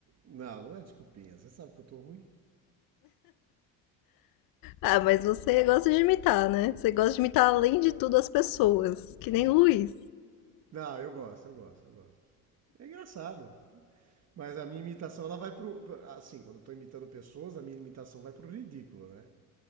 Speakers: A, on the right; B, on the left.
A: Não, não é desculpinha, você sabe que eu tô ruim.
B: Ah, mas você gosta de imitar, né? Você gosta de imitar, além de tudo, as pessoas. Que nem o Luiz.
A: Não, eu gosto, eu gosto, eu gosto. É engraçado. Mas a minha imitação, ela vai pro. Assim, quando eu tô imitando pessoas, a minha imitação vai pro ridículo, né?